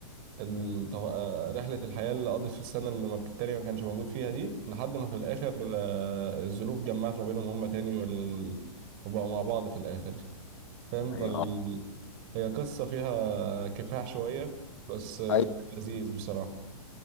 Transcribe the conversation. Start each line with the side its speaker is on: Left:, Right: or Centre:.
Right: ال... طو- آه، رحلة الحياة اللي قضت في السنة اللي ما التانية ما كانش موجود فيها دي لحد ما في الآخر آه، الظروف جمعت ما بينهم هما تاني وال... وبقوا مع بعض في الآخر فاهم
Left: ايوه
Right: فال...
Left: اه
Right: هي قصة فيها كفاح شوية بس آه،
Left: ايوه
Right: كان لذيذ بصراحة